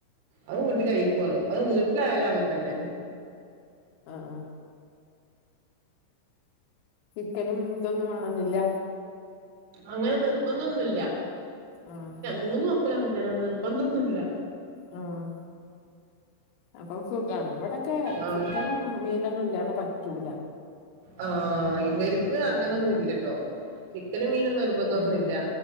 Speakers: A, on the right; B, on the left.
A: അത് കൂട്ടി കഴിക്കോള് അത് വീട്ടിലായാലും അങ്ങനെ തന്നെ
B: ഉം ആഹ് ആഹ് ചിക്കനും ഇതൊന്നും വേണോന്നില്ല
A: അങ്ങനെ നിർബന്ധന്നുമല്ല
B: ആഹ്
A: മൂന്ന് മക്കള് അങ്ങനെ തന്നെ നിർബന്ധന്നൂല്ല
B: ഉം അപ്പൊ സുഖാണ് ഇവടെ ക്കെ
A: ആഹ്
B: ചിക്കനും മീനൊന്നും ഇല്ലാതെ പറ്റൂല
A: ആഹ് ഇവർക്ക് അങ്ങനൊന്നും ഇല്ലട്ടോ ചിക്കനും മീനും നിർബന്ധന്നുല്ല
B: ഉം